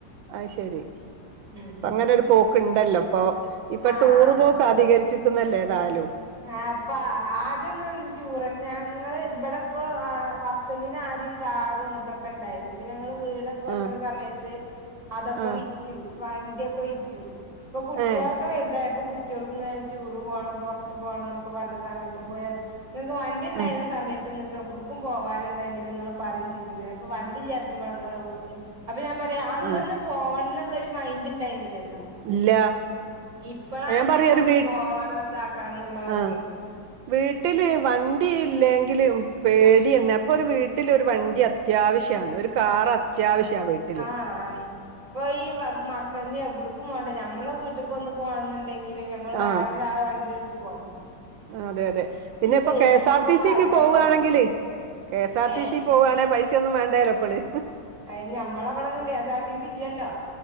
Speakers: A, on the right; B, on the right.
A: അത് ശെരി ഇപ്പ
B: ഉം
A: അങ്ങനൊര് പോക്ക് ഇണ്ടല്ലോ ഇപ്പൊ ഇപ്പൊ
B: ആഹ്
A: ടൂറ് പോ ക്ക് അതികരിച്ചിരിക്കുന്നല്ലോ ഏതായാലും
B: ആ അപ്പ ആദ്യൊന്നും ടൂർ ഞങ്ങള് ഇവിടെപ്പോ ഹ ഹസ്ബൻഡ്ന് ആദ്യം കാറും ഇതൊക്കെ ഇണ്ടായിരുന്നു പിന്നെ ഞങ്ങൾ വീടൊ ക്കെവെക്കണ
A: ആഹ്
B: സമയത്ത് അതൊക്കെ
A: ആഹ്
B: വി റ്റു വണ്ടിയൊക്കെ വിറ്റു ഇപ്പൊ കുട്ടിയാളൊക്കെ
A: ഏഹ്
B: വലുതായപ്പൊ കുട്ടിയാൾക്ക് ഇങ്ങനെ ടൂറ് പോണം പൊറ ട്ത്ത് പോണന്നൊക്കെ പറഞ്ഞ സമയത്ത് <unintelligible> ഇങ്ങക്ക് വണ്ടിണ്ടായിന്ന
A: ആഹ്
B: സമയ ത്ത് ഇങ്ങക്ക് എവിടുക്കും പോവാനും ഇണ്ടായിന്നില്ല ഇങ്ങൾ പറയും ചെയ്തിന്നില ഇപ്പൊ വണ്ടി ഇല്ല്യതുമ്പ ഇങ്ങളെവിടുക്കും അപ്പൊ ഞാൻ പറയാം അന്നൊന്നും
A: ആഹ്
B: പോവണം എന്നുള്ളരു മൈൻഡ് ഉണ്ടായിന്നിലല്ലോ
A: ഇല്ല
B: ഇപ്പളാണ്
A: ഞാൻ
B: ഞമ്മക്ക്
A: പറയാ ഒരു വീ
B: പോവണം ഇതാക്കണം എന്നുള്ളതൊക്കെ
A: ആഹ് വീട്ടില് വണ്ടി ഇല്ലെങ്കിലും പേടിയെന്നെ ഇപ്പൊ ഒരു വീട്ടില് ഒരു വണ്ടി അ ത്യാവിശ്യാണ് ഒരു കാർ അത്യാവിശ്യ വീട്ടില്
B: ആ ആണ് ഇപ്പൊ ഈ മക്ക ഇഞ് എവിടക്കും പോണ്ട ഞമ്മളെ വീട്ടിക്കൊന്ന് പോണന്ന് ണ്ടെങ്കിലും ഞമ്മൾ വേറൊരാളെ
A: ആഹ്
B: വണ്ടി വിളിച്ച് പോണ്ടേ.
A: അതെ അതെ പിന്നെ ഇപ്പ
B: ബൈക്കുമൊക്കെ
A: കെ എസ് ആർ ടി
B: ഇപ്പൊ
A: സിക്ക്
B: ആർക്കാ
A: പോവുവാണെങ്കിൽ
B: പോവ
A: കെ എസ് ആർ
B: ഏഹ്
A: ടി സി പോവാണേ പൈസ ഒന്നും വേണ്ടേല്ലോ ഇപ്പള്
B: അയ്ന് ഞമ്മളവിടെന്നും K S R T C ഇല്ലല്ലോ